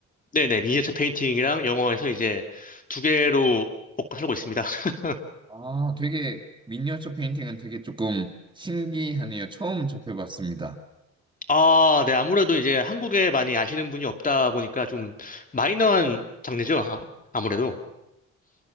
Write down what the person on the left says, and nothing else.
네네, 미니어처 페인팅이랑 영어에서 이제 두 개로 먹고 살고 있습니다. <laughs>
아, 네, 아무래도 이제 한국에 많이 아시는 분이 없다 보니까 좀 마이너한 장르죠. 아, 아무래도.